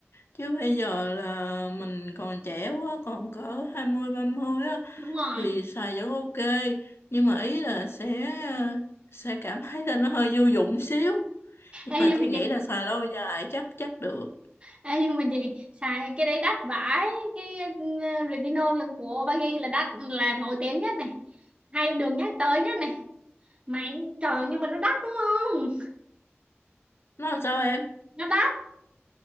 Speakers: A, on the left (about 65°); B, on the right (about 25°).
A: chứ bây giờ là mình còn trẻ quá còn cỡ hai mươi ba mươi á
B: đúng rồi
A: thì xài vẫn ok nhưng mà ý là sẽ ờ, sẽ cảm thấy là nó hơi vô dụng xíu nhưng
B: ê
A: mà
B: nhưng
A: chị
B: mà
A: nghĩ
B: chị
A: là xài lâu dài chắc chắc được
B: ê nhưng mà chị xài cái đấy đắt vãi cái ừ, retinol lần của Obagi là đắt là nổi tiếng nhất này hay được nhắc tới nhất này mà em- trời nhưng mà nó đắt đúng không
A: nó làm sao em
B: nó đắt